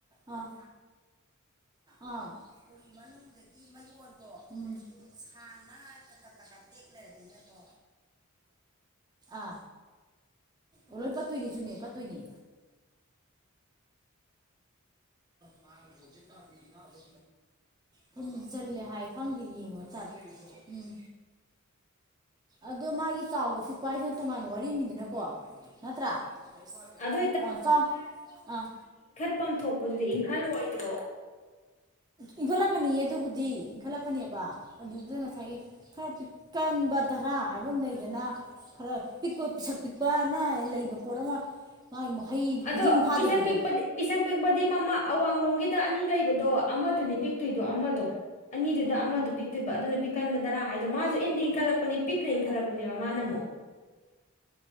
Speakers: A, on the right (about 20°); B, on the left (about 35°).
A: ꯑꯥ ꯑꯥ ꯑꯗꯒꯤ ꯃꯌꯣꯟꯗꯣ ꯁꯥꯡꯅ ꯇꯀ ꯇꯀꯥ ꯇꯦꯛ ꯂꯩꯔꯗꯤꯅꯀꯣ ꯑ ꯑꯣ ꯂꯣꯏ ꯄꯠꯇꯣꯏꯅꯤ ꯆꯨꯝꯃꯦ ꯄꯠꯇꯣꯏꯅꯤ ꯃꯥ ꯍꯧꯖꯤ ꯊꯨꯝꯖꯤꯜꯂꯦ ꯍꯥꯏ ꯈꯪꯗꯦ ꯌꯦꯡꯉꯣ ꯇꯔꯦ ꯎꯝ ꯑꯗꯣ ꯃꯥꯒꯤ ꯆꯥꯎꯥꯎꯕ ꯐꯤ ꯎꯄꯥꯏꯗꯣ ꯇꯣꯉꯥꯟꯕ ꯋꯥꯔꯤꯅꯤꯗꯅꯀꯣ ꯅꯠꯇ꯭ꯔꯥ ꯑꯁ
B: ꯑꯗꯨ
A: ꯑꯥ ꯆꯥꯎ ꯑꯥ
B: ꯐꯝꯝ ꯊꯣꯛꯄꯗꯨꯗꯤ ꯏꯟꯈꯠꯂꯑꯣꯣꯏꯗ꯭ꯔꯣ
A: ꯏꯟꯈꯠꯂꯛꯀꯅꯤꯌꯦ ꯑꯗꯨꯕꯨꯗꯤ ꯏꯟꯈꯠꯂꯛꯀꯅꯦꯕ ꯑꯗꯨꯗꯨꯗ ꯉꯁꯥꯏꯒꯤ ꯈꯔ ꯀꯟꯕꯗ꯭ꯔꯥ ꯍꯥꯏꯕ ꯑꯃ ꯂꯩꯗꯅ ꯈꯔ ꯄꯤꯛꯄ ꯄꯤꯁꯛ ꯄꯤꯛꯄꯅ ꯂꯩꯕ ꯄꯣꯠ ꯑꯃ ꯃꯥꯒꯤ ꯍꯩ
B: ꯑꯗꯣ
A: ꯍꯩꯖꯤꯡ ꯐꯥꯗꯕꯗꯣ
B: ꯄꯤꯁꯛ ꯄꯤꯛꯄꯗꯤ ꯄꯤꯁꯛ ꯄꯤꯛꯄꯗꯤ ꯃꯃꯥ ꯑꯋꯥꯡꯂꯣꯝꯒꯤꯗ ꯑꯅꯤ ꯂꯩꯕꯗꯣ ꯑꯃꯗꯨꯅꯤ ꯄꯤꯛꯇꯣꯏꯗꯣ ꯑꯃꯗꯣ ꯑꯅꯤꯗꯨꯗ ꯑꯃꯗ ꯄꯤꯛꯇꯣꯏꯕ ꯑꯗꯨꯅ ꯄꯤꯛꯈꯟꯕꯗꯔꯥ ꯍꯥꯏꯗꯣ ꯃꯥꯁꯨ ꯏꯟꯗꯤ ꯏꯟꯈꯠꯂꯛꯄꯅꯦ ꯄꯤꯛꯅ ꯏꯟꯈꯠꯂꯛꯄꯅꯦꯕ ꯃꯥꯅ ꯑꯃꯨꯛ